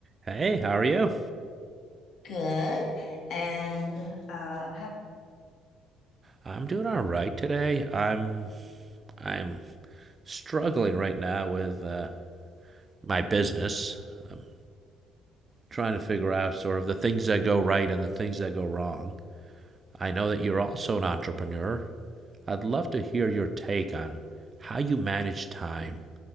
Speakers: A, on the right (about 35°); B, on the left (about 60°).
A: Hey, how are you?
B: Good. And uh,
A: I'm doing all right today. I'm I'm struggling right now with uh, my business. I'm trying to figure out sort of the things that go right and the things that go wrong. I know that you're also an entrepreneur. I'd love to hear your take on how you manage time.